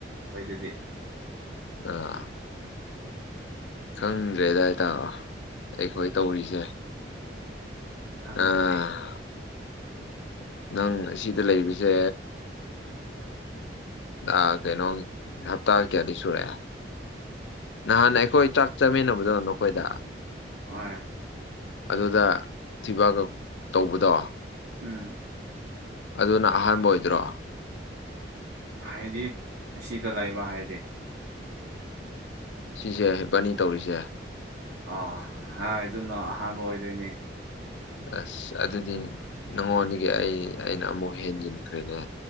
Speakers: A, on the right; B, on the left.
A: ꯑꯣꯏꯗꯗꯤ
B: ꯑꯥ ꯈꯪꯗ꯭ꯔꯦꯗ ꯏꯇꯥꯎ ꯑꯩꯈꯣꯏ ꯇꯧꯔꯤꯁꯦ꯫
A: ꯈꯪꯗ꯭ꯔꯦ
B: ꯑꯥ ꯅꯪ ꯑꯁꯤꯗ ꯂꯩꯕꯁꯦ ꯑ ꯀꯩꯅꯣ ꯍꯞꯇꯥ ꯀꯌꯥꯗꯤ ꯁꯨꯔꯦ꯫ ꯅꯍꯥꯟ ꯑꯩꯈꯣꯏ ꯆꯥꯛ ꯆꯥꯃꯤꯟꯅꯕꯗꯣ ꯅꯣꯈꯣꯏꯗ꯫
A: ꯑꯣꯏ
B: ꯑꯗꯨꯗ ꯊꯤꯕꯥꯛ ꯇꯧꯕꯗꯣ꯫
A: ꯎꯝ
B: ꯑꯗꯨꯅ ꯑꯍꯥꯟꯕ ꯑꯣꯏꯗ꯭ꯔꯣ
A: ꯍꯥꯏꯗꯤ ꯑꯁꯤꯗ ꯂꯩꯕ ꯍꯥꯏꯗꯤ
B: ꯁꯤꯖꯦ ꯏꯕꯅꯤ ꯇꯧꯔꯤꯖꯦ
A: ꯑꯣ ꯍ ꯑꯗꯨꯅꯣ ꯑꯍꯥꯟꯕ ꯑꯣꯏꯗꯣꯏꯅꯦ꯫
B: ꯑꯁ ꯑꯗꯨꯗꯤ ꯅꯪꯉꯣꯟꯗꯒꯤ ꯑꯩ ꯑꯩꯅ ꯑꯃꯨꯛ ꯍꯦꯟꯖꯤꯟꯈ꯭ꯔꯦꯅꯦ꯫